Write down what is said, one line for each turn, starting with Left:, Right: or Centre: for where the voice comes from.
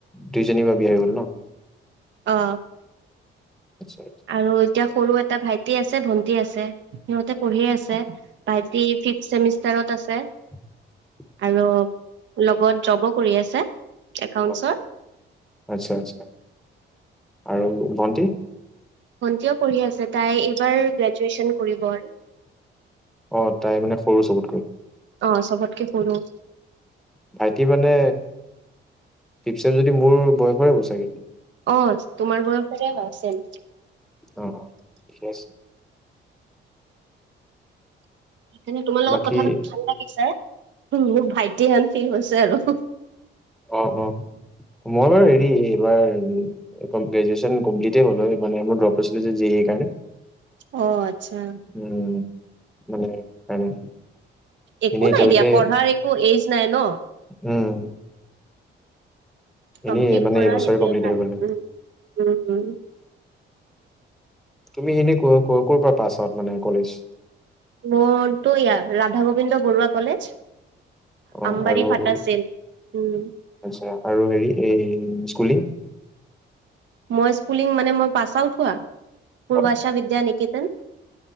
Centre: দুইজনী বা বিয়া হৈ গ'ল ন?
Right: অ।
Centre: নিশ্চয়।
Right: আৰু এতিয়া সৰু এটা ভাই টি আছে ভন্টি আছে সিহঁতে পঢ়িয়ে আছে ভাইটি ফিফ চেমিষ্টাৰত আছে।
Centre: <inaudible>
Right: আৰু লগত জবো কৰি আছে একাউণ্টছৰ।
Centre: অ আচ্ছা আচ্ছা আৰু ভণ্টি?
Right: ভণ্টিও পঢ়ি আছে তাই এইবাৰ গ্ৰেজুৱেচন কৰিব আৰু।
Centre: অ তাই মানে সৰু চবতকৈ?
Right: অ চবতকে সৰু।
Centre: ভাইটি মানে ফিফ চেম যদি মোৰ বয়সৰে হ'ব চাগে।
Right: অ তোমাৰ বয়সৰে হয় চেম।
Centre: অ ঠিকে আছে।
Right: এনেই তোমাৰ লগত
Centre: বাকী
Right: কথা পাতি ভাল লাগিছে। মোৰ ভাইটি হেন ফিল হৈছে আৰু।
Centre: অ অ মই বাৰু হেৰি এইবাৰ কমল্পেজেশ্যন কমপ্লিটেই হ'ল হয় মানে মোৰ ড্ৰপ আছিলো যে সেই কাৰণে।
Right: অ আচ্ছা।
Centre: উম মানে <unintelligible>
Right: একো
Centre: এনেই এতিয়ালৈকে
Right: নাই দিয়া পঢ়াৰ একো এইজ নাই ন।
Centre: উম। এনেই
Right: কমপ্লিট
Centre: মানে
Right: কৰা
Centre: এইবছৰে
Right: সেইটোয়ে
Centre: কমপ্লিট
Right: ভাল
Centre: হৈ গ'ল হয়।
Right: উম উম উম।
Centre: তুমি এনে ক'ৰ ক'ৰ পৰা পাছ আউট মানে কলেজ।
Right: মনতো ইয়া ৰাধা গোবিন্দ বৰুৱা কলেজ।
Centre: অ'
Right: আম্বাৰী
Centre: আৰু
Right: ফাটাছিল
Centre: হেৰি
Right: উম।
Centre: আচ্ছা আৰু হেৰি এই স্কুলিং?
Right: মই স্কুলিং মানে মই পাছ আউট হোৱা পূৰ্বাশা
Centre: অ'
Right: বিদ্যা নিকেতন।